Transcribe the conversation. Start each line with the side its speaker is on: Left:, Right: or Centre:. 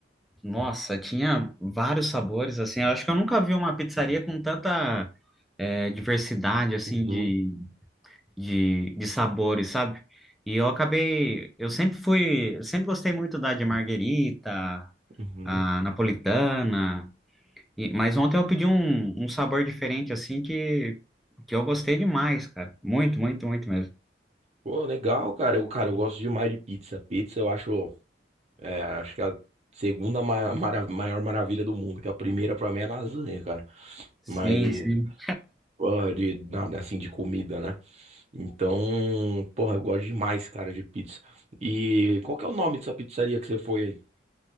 Centre: Nossa, tinha vários sabores, assim, eu acho que eu nunca vi uma pizzaria com tanta é, diversidade, assim,
Right: Uhum,
Centre: de, de, de sabores, sabe? E eu acabei, eu sempre fui, eu sempre gostei muito da de marguerita,
Right: uhum.
Centre: a napolitana, e- mas ontem eu pedi um, um sabor diferente, assim, que, que eu gostei demais, cara, muito, muito, muito mesmo.
Right: Pô, legal, cara. Eu, cara, eu gosto demais de pizza. Pizza eu acho, é, acho que é a segunda ma- mara- maior maravilha do mundo, que a primeira pra mim é lasanha, cara.
Centre: Sim,
Right: Mas,
Centre: sim.
Right: porra, de, nada assim, de comida, né? Então, porra, eu gosto demais, cara, de pizza. E qual que é o nome dessa pizzaria que você foi aí?